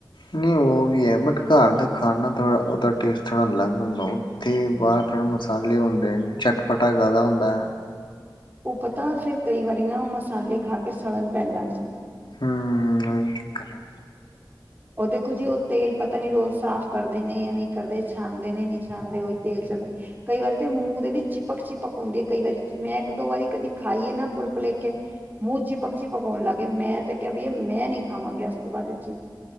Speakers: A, on the left; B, on the right.
A: ਨਹੀ ਉਹ ਵੀ ਹੈ ਬਟ ਘਰ ਖਾਣਾ ਥੋੜ੍ਹਾ ਉਹਦਾ ਟੇਸਟ ਥੋੜਾ ਅਲੱਗ ਹੁੰਦਾ, ਉੱਥੇ
B: ਹਮ।
A: ਬਾਹਰ ਥੋੜਾ ਮਸਾ ਸਾਲੇ ਹੁੰਦੇ ਨੇ ਚਟਪਟਾ ਜ਼ਿਆਦਾ ਹੁੰਦਾ।
B: ਉਹ ਪਤਾ ਫਿਰ ਕਈ ਵਾਰੀ ਨਾ ਉਹ ਮਸਾਲੇ ਖਾ ਕੇ ਸੜਨ ਪੈਣ ਲੱਗ ਜਾਂਣ
A: ਹਮ ਉਹ <unintelligible> ਦਿੱਕਤ ਹੈ।
B: ਉਹ ਦੇਖੋ ਜੀ ਉਹ ਤੇਲ ਪਤਾ ਨੀ ਰੋਜ਼ ਸਾਫ਼ ਕਰਦੇ ਨੇ, ਜਾਂ ਨਹੀਂ ਕਰਦੇ ਛਾਨ ਦੇ ਨੇ ਨਹੀਂ ਛਾਨਦੇ ਉਹੀ ਤੇਲ ਚੱਲਦਾ ਕਈ ਵਾਰੀ ਤੇ ਮੂੰਹ ਦੇ ਵਿੱਚ ਚਿਪਕ-ਚਿਪਕ ਹੁੰਦੀ ਹੈ। ਕਈ ਵਾਰੀ ਮੈਂ ਇੱਕ ਦੋ ਵਾਰੀ ਕਦੀ ਖਾਈਏ ਨਾ ਪੁਲ-ਪੁਲੇਖੇ ਮੂੰਹ ਚਿਪਕ-ਚਿਪਕ ਹੋਣ ਲੱਗ ਗਏ। ਮੈਂ ਤਾਂ ਕਿਹਾ ਵੀ ਮੈਂ ਨੀ ਖਾਵਾਂਗੀ ਅੱਜ ਤੋਂ ਬਾਅਦ ਇਹ ਚੀਜ਼।